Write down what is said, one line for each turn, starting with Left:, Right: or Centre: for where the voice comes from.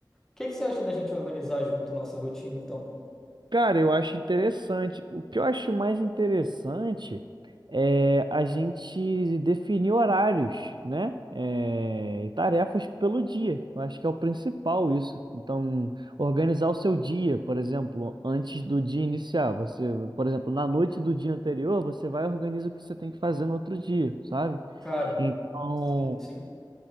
Centre: que que você acha da gente organizar junto nossa rotina, então?
Right: Cara, eu acho interessante. O que eu acho mais interessante é a gente definir horários, né? É, e tarefas pelo dia. Eu acho que é o principal isso. Então, organizar o seu dia, por exemplo, antes do dia iniciar. Você, por exemplo, na noite do dia anterior, você vai e organiza o que você tem que fazer no outro dia, sabe?
Centre: Cara,
Right: Então,
Centre: sim, sim.